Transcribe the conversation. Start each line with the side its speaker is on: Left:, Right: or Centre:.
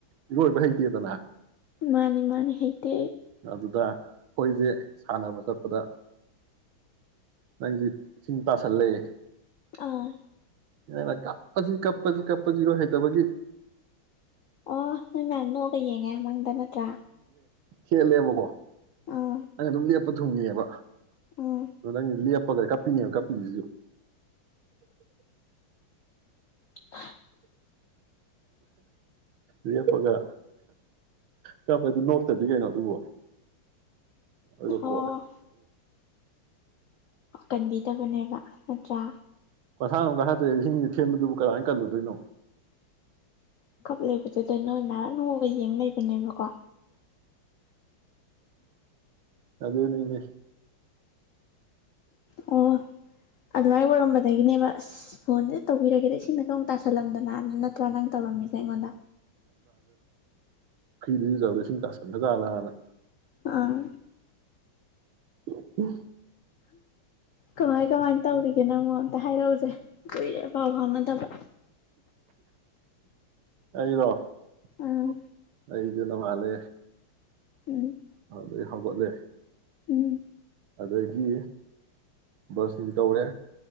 Right: ꯏꯔꯣꯏꯕ ꯍꯩꯇꯦꯗꯅ
Left: ꯃꯥꯅꯤ ꯃꯥꯅꯤ ꯍꯩꯛꯇ
Right: ꯑꯗꯨꯗ ꯑꯩꯈꯣꯏꯁꯦ ꯁꯥꯟꯅꯕ ꯆꯠꯄꯗ ꯅꯪꯁ ꯏꯁꯤꯡ ꯇꯥꯁꯜꯂꯛꯦ
Left: ꯑꯥ
Right: ꯌꯥꯅ ꯀꯞꯄꯁꯤ ꯀꯞꯄꯁꯤ ꯀꯞꯄꯖꯤ ꯏꯔꯣ ꯍ ꯇꯕꯒꯤ
Left: ꯑꯣ ꯌꯦꯡꯉꯦ ꯃꯪꯗ ꯅꯠꯇ꯭ꯔꯥ
Right: ꯍꯦꯜꯂꯦꯕꯀꯣ
Left: ꯑꯥ
Right: ꯑ ꯔ ꯊꯨꯡꯉꯦꯕ
Left: ꯎꯝ
Right: ꯅꯗꯪ ꯏ ꯀꯄꯤꯅꯤ ꯀꯞꯄꯤꯁꯤꯣ
Left: <inaudible>
Right: ꯂꯦꯞꯄꯒ ꯀꯥꯞꯄꯗꯤ ꯅꯣꯛꯇꯗꯤ ꯀꯩꯅꯣ ꯑꯗꯨꯕꯣ ꯑꯗꯨ
Left: ꯑꯣ
Right: ꯀꯣ
Left: ꯀꯟꯕꯤꯗꯕꯅꯦꯕ ꯅꯠꯇ꯭ꯔꯥ
Right: ꯀꯁꯥ ꯅꯨꯡꯒ ꯍꯇꯦ ꯍꯤꯡꯉ ꯊꯤꯟꯕꯗꯨꯕꯨ ꯀꯃꯥꯏꯅ ꯀꯜꯂꯨꯗꯣꯏꯅꯣ
Left: ꯀꯞ ꯂꯩꯕꯗꯨꯗ ꯅꯣꯏ ꯉꯍꯥꯟ ꯅꯣꯛꯑꯒ ꯌꯦꯡ ꯂꯩꯕ ꯑꯗꯨꯅꯦꯕꯀꯣ
Right: ꯑꯗꯅꯤꯅꯦ
Left: ꯑꯣ <unintelligible> ꯑꯣꯏꯔꯝꯕꯗꯒꯤꯅꯦꯕ ꯑꯁ ꯐꯣꯟꯖꯦ ꯇꯧꯕꯤꯔꯒꯦꯗ ꯏꯁꯤꯡꯗꯒ ꯑꯃꯨꯛ ꯇꯥꯁꯜꯂꯝꯗꯅ ꯅꯠꯇ꯭ꯔꯥ ꯅꯪ ꯇꯧꯔꯝꯃꯤꯖꯦ ꯑꯩꯉꯣꯟꯗ
Right: ꯐꯔ꯭ꯤ ꯗ ꯏꯔꯨꯖꯕꯗꯥ ꯏꯁꯤꯡ ꯇꯥꯁꯟꯒꯖꯥꯂꯥꯅ
Left: ꯑꯥ
Right: <unintelligible>
Left: ꯀꯃꯥꯏ ꯀꯃꯥꯏ ꯇꯧꯔꯤꯒꯦ ꯅꯪꯃꯣ ꯑꯃꯇ ꯍꯥꯏꯔꯛꯎꯖꯦ ꯀꯨꯏꯔꯦ ꯄꯥꯎ ꯐꯥꯎꯅꯗꯕ
Right: ꯑꯩꯔꯣ <unintelligible>
Left: ꯑꯥ
Right: ꯑꯩꯗꯤ ꯅꯣꯡꯉꯥꯜꯂꯦ
Left: ꯎꯝ
Right: ꯑꯗꯩ ꯍꯧꯒꯠꯂꯦ
Left: ꯎꯝ
Right: ꯑꯗꯒꯤ ꯕꯁ ꯅꯨꯡ ꯇꯧꯔꯦ